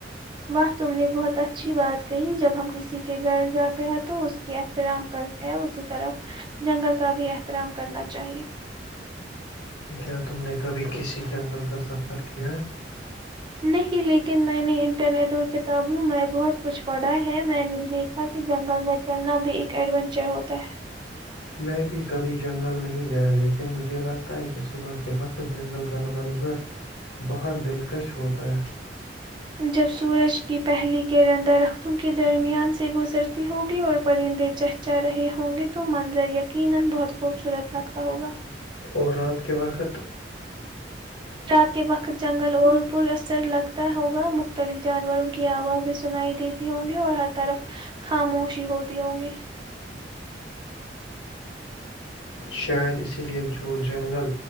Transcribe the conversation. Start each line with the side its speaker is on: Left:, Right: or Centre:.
Right: واہ تم نے بہت اچھی بات کہیں جب ہم کسی کے گھر جاتے ہیں تو اس کی احترام کرتے ہیں اسی طرف جنگل کا بھی احترام کرنا چاہیے
Left: کیا تم نے کبھی کسی جنگل کا سفر کیا
Right: نہیں لیکن میں نے انٹرنیٹ اور کتابوں میں بہت کچھ پڑھا ہے میں نے دیکھا کہ جنگل میں چلنا بھی ایک ایڈونچر ہوتا ہے
Left: میں بھی کبھی جنگل نہیں گیا لیکن مجھے لگتا ہے کہ صبح کے وقت جنگل کا ن منظر بہت دلکش ہوتا ہے
Right: جب سورج کی پہلی کر درختوں کے درمیان سے گزرتی ہوگی اور پرندے چہتے چ رہے ہوں گے تو من جائیے کہ <inaudible>
Left: اور رات کے وقت
Right: رات کے وقت جنگل اور پر اثر لگتا ہوگا مت مختلف جانوروں کی آواز سنائی دیتی ہوں گی اور ہر طرف خاموشی ہوتی ہوں گی
Left: شاید اسی لیے جو جنگل